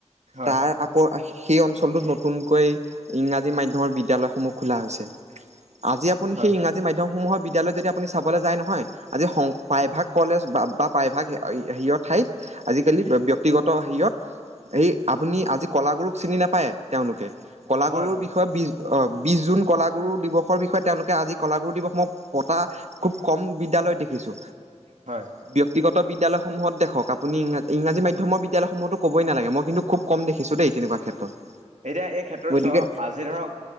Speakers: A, on the right (about 80°); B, on the right (about 70°).
A: হয়
B: তাৰ আকৌ আশী সেই অঞ্চলটোত নতুনকৈ ইংৰাজী মাধ্যমৰ বিদ্যালয়সমূহ খোলা হৈছে। আজি আপুনি
A: হয়
B: হেই ইংৰাজী মাধ্যমসমূহত বিদ্যালয়ত যদি আপুনি চাবলৈ যায় নহয় আজি সংহ প্ৰাইভাগ কলেজ বাব- তাত প্ৰায়ভাগহে অয়ি হেৰিয়ৰ ঠাইত আজিকালি ব্যক্তিগত হেৰিয়ত, সেই আপুনি আজি কলাগুৰুক চিনি নাপায় তেওঁলোকে। কলা
A: হয়
B: গুৰুৰ
A: হয়
B: বিষয়ে বিশ অ বিশ জুন কলাগুৰু দিৱসৰ বিষয়ে তেওঁলোকে আজি কলাগুৰু দিৱস মই পতা খুব কম বিদ্যয়ালয়ত দেখিছো।
A: হয়।
B: ব্যক্তিগত বিদ্যালয়সমূহত দেখক আপুনি ইংৰা ইংৰাজী মাধ্যমৰ বিদ্যালয়সমূহতো ক'বই নেলাগে মই কিন্তু খুব কম দেখিছো দেই তেনেকুৱা ক্ষেত্ৰত।
A: এতিয়া এই ক্ষেত্ৰত
B: গতিকে
A: চক আজি ধৰক